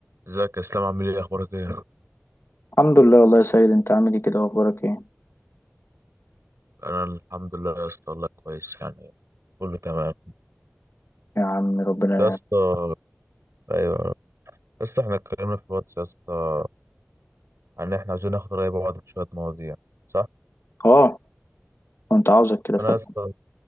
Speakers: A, on the right (about 80°); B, on the left (about 60°).
A: ازيك يا اسلام عامل ايه اخبارك ايه
B: الحمد لله والله يا سيد انت عامل ايه كده واخبارك ايه
A: انا الحمد لله يا اسطى والله كويس يعني كله تمام
B: يا عم ربنا
A: يا
B: يعني.
A: اسطى ايوه يا اسطى احنا اتكلمنا في الواتس يا اسطى عن ان احنا عاوزين ناخد رأي بعض في شويه مواضيع صح
B: اه كنت عاوزك كده
A: فانا
B: فعلا
A: يا اسطى